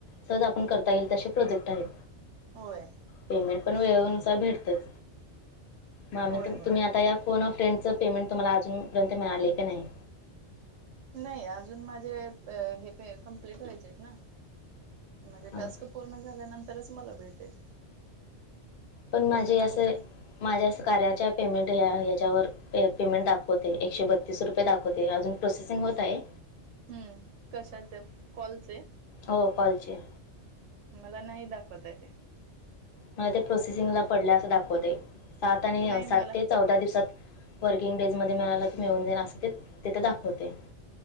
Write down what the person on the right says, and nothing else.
होय.
होय होय
नाही अजून माझे हे कम्प्लीट व्हायचे आहेत ना? म्हणजे
टास्क पूर्ण झाल्यानंतरच मला भेटेल.
अजून
ते
हम्म कशाचे कॉलचे?
मला नाही दाखवत आहे ते
नाही
मला